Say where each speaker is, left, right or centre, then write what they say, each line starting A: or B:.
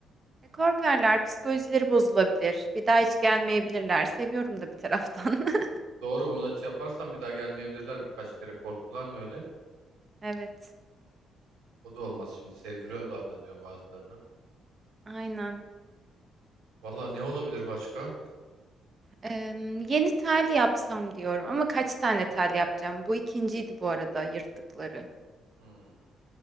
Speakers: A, on the right; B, on the right.
A: E, korkarlar, psikolojileri bozulabilir. Bir daha hiç gelmeyebilirler. Seviyorum da bir taraftan. <laughs>
B: Doğru onu aç yaparsan bir daha gelmeyebilirler. Birkaç kere korktular mı öyle?
A: Evet,
B: O da olmaz şimdi sevdiriyorlar da diyor bazılarına.
A: aynen.
B: Valla ne olabilir başka?
A: Emm, yeni tel yapsam diyorum ama kaç tane tel yapacağım? Bu ikinciydi bu arada yırttıkları.
B: Hmm,